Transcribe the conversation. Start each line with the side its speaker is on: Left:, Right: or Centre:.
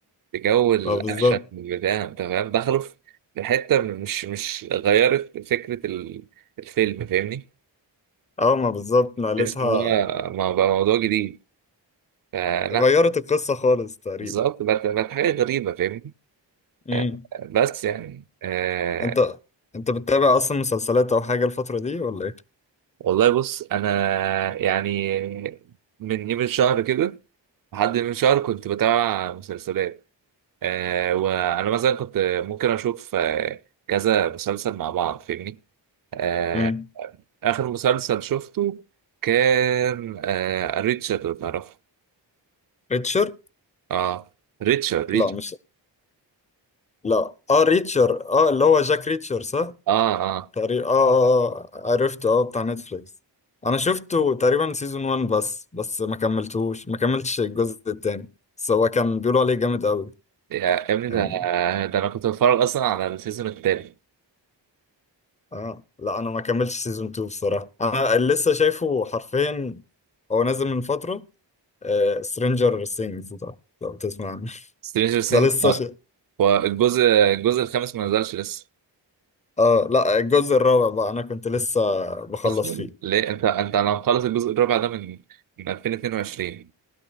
Right: لجو الاكشن
Left: ما بالظبط
Right: بتاع انت فاهم دخلوا في في حته مش مش غيرت فكره ال- الفيلم فاهمني
Left: اه ما بالظبط نقلتها
Right: تحس ان هو ما- بقى موضوع جديد فلا
Left: غيرت القصة خالص تقريبا
Right: بالظبط بقت بقت حاجه غريبه فاهمني
Left: مم.
Right: آه، بس يعني آه
Left: انت انت بتتابع اصلا مسلسلات او حاجة الفترة دي ولا ايه؟
Right: والله بص انا يعني من يوم الشهر كده لحد من شهر كنت بتابع مسلسلات آه وانا مثلا كنت ممكن اشوف آه كذا مسلسل مع بعض فاهمني آه
Left: مم.
Right: اخر مسلسل شفته كان آه ريتشارد لو تعرفه
Left: ريتشر؟
Right: اه ريتشارد ريتشارد
Left: لا مش لا اه ريتشر اه اللي هو جاك ريتشر صح
Right: اه اه
Left: تقريبا اه اه آه، عرفته اه بتاع نتفليكس انا شفته تقريبا سيزون 1 بس بس ما كملتهوش ما كملتش الجزء التاني بس هو كان بيقولوا عليه جامد قوي
Right: يا يا ابني
Left: يعني
Right: ده ده انا كنت بتفرج اصلا على السيزون التاني
Left: اه لا انا ما كملتش سيزون 2 بصراحة انا اللي لسه شايفه حرفيا هو نازل من فترة آه سترينجر سينجز ده لو تسمع عنه
Right: سترينجر
Left: <laughs>
Right: سينج
Left: ده لسه ش...
Right: والجزء الجزء الخامس ما نزلش لسه
Left: اه لا الجزء الرابع بقى انا كنت لسه بخلص
Right: اصلا
Left: فيه
Right: ليه انت انت انا مخلص الجزء الرابع ده من من 2022